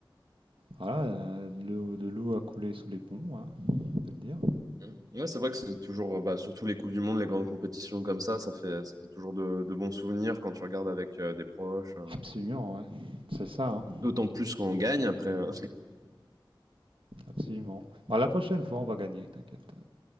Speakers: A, on the right (about 90°); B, on the right (about 45°).
A: voilà, euh, de l'eau de l'eau a coulé sous les ponts, hein, on peut le dire.
B: Mm. Ouais, c'est vrai que c'est toujours, bah, surtout les Coupes du Monde, les grandes compétitions comme ça, ça fait, ça fait toujours de, de bons souvenirs quand tu regardes avec euh, des proches. euh.
A: Absolument, ouais. C'est ça, hein,
B: D'autant plus quand on gagne après. euh.
A: absolument. Bah, la prochaine fois, on va gagner, t'inquiète.